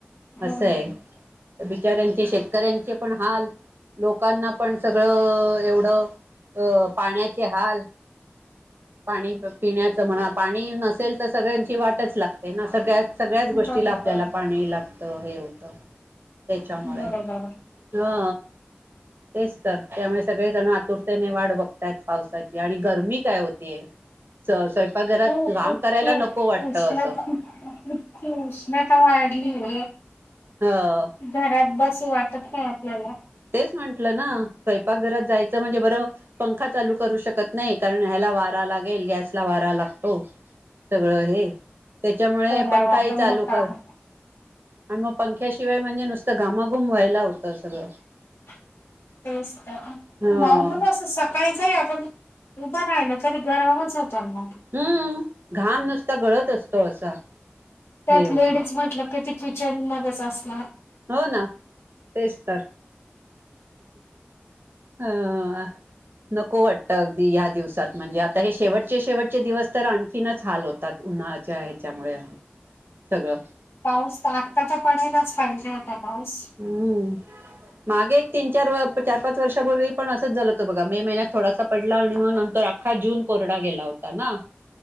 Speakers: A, on the right; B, on the left.
A: असं
B: हो
A: आहे
B: ना
A: बिचाऱ्यांचे शेतकऱ्यांचे पण हाल लोकांना पण सगळं एवढं अ पाण्याचे हाल पाणी पिण्याचं म्हणा पाणी नसेल तर सगळ्यांची वाटच लागते ना स गस सगळ्याच गोष्टीला
B: बरोबर.
A: आपल्याला पाणी लागतं हे होतं त्याच्यामुळे
B: बरोबर
A: हा तेच तर त्यामुळे सगळे जण आतुरतेने वाट बघतय पावसाची आणि गरमी काय होतीय स्वयंपाकघरात
B: खूप
A: काम
B: इतकी
A: करायला नको वाटतं
B: उष्णता
A: असं
B: उष्णता वाढली व
A: हा
B: घरात बसू वाटत नाही आपल्याला
A: तेच म्हंटलं ना स्वयंपाकघरात जायचं म्हणजे बरं पंखा चालू करू शकत नाही कारण ह्याला वारा लागेल गॅसला वारा लागतो सगळं हे त्याच्यामुळे
B: कोहरा
A: पंखाही
B: वाटण
A: चालू
B: होत
A: कर
B: आहे
A: आणि मग पंख्याशिवाय म्हणजे नुसतं घामाघूम व्हायला होतं सगळं
B: तेच
A: हो
B: नॉर्मल असं स काहीतरी आपण उभं रा ना तरी गरमच होतो मग
A: हम्म घाम नुसता गळत असतो असा
B: त्यात
A: हे होऊन
B: लेडीज म्हटलं कध क्च मगच असणार
A: हो ना तेच तर ह नको वाटतं अगदी ह्या दिवसात म्हणजे आता हे शेवटचे शेवटचे दिवस तर आणख ीनच हाल होतात उन्हाळच्या ह्याच्यामुळे सगळं
B: पाऊस तर आत्ता तर पडायलाच पाहिजे आता पाऊस
A: हम्म मागे एक तीन चार चार पाच वर्षापूर्वी पण असंच झालं तो बघा मे महिन्यात थोडासा पडला आणि मग नंतर अखा जून कोरडा गेला होता ना